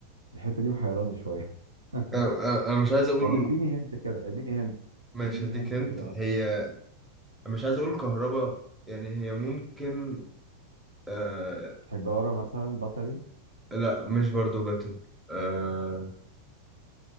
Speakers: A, on the right; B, in the centre.
A: الحتة دي محيراني شوية <laughs>
B: انا أنا- أنا مش عايز اقول
A: طب اديني هنت كده اديني هنت
B: ماشي
A: اديني
B: هديك
A: هنت
B: انت
A: كده مثلا
B: هي مش عايز اقول كهرباء يعني هي ممكن آه
A: حجارة مثلا بطري
B: لا مش برضو باتل آه